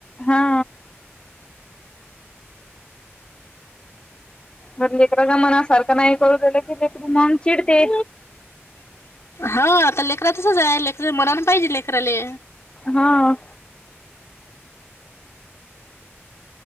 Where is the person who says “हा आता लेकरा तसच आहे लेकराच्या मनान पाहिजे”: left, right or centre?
Left